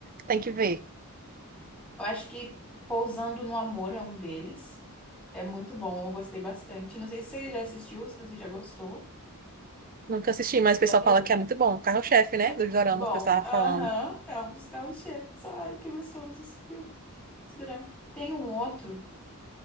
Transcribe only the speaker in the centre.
Eu acho que Pousando no Amor é um deles. É muito bom, eu gostei bastante. Não sei se você já assistiu, se você já gostou.
Você
já
viu?
É
Muito bom.
Aham,
é um dos carros-chefes. Ai, que gostoso esse filme, esse drama. Tem um outro